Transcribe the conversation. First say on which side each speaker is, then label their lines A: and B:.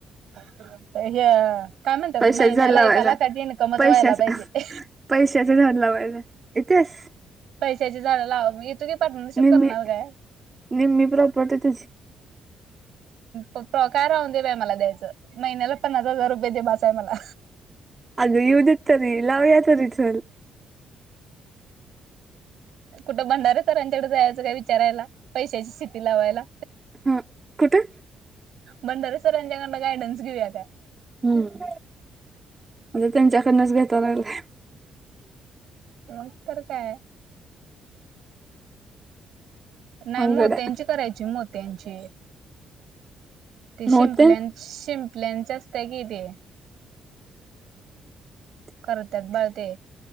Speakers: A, on the right; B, on the right.
A: ह काय म्हणतात
B: पैशाच
A: महिन्याला
B: झाड लावायचा
A: एका लाखांची इन्कमच
B: पैशाचा
A: व्हायला पाहिजे.
B: पैशाच झाडं लावायच हे येतेस.
A: पैशाची झाडं लावा मग येतो की पार्टनरशिप
B: निम्मी
A: करणार काय.
B: निम्मी प्रॉपर्टी तुझी.
A: पप्पा काय राहून दे बाय मला द्यायचं महिन्याला पन्नास हजार रुपये दे बास आहे मला.
B: अगं येऊदेत तरी लावुया तरी चल.
A: कुठं भंडारे सरांच्याकडे जायचं काय विचारयला पैशाची शेती लावायला.
B: हा कुठं.
A: भंडारे सरांच्याकडून गाईडन्स घेऊया काय.
B: हम्म मअगं त्यांच्याकडनच घेता येईल का.
A: मग तर काय. नाही
B: अवघड
A: मोत्यांची
B: आहे
A: करायची मोत्यांची ते शिंपल्यां.
B: मोते
A: शिंपल्यांची असत्या की ते.
B: <unintelligible>
A: करत्यात बाळ ते.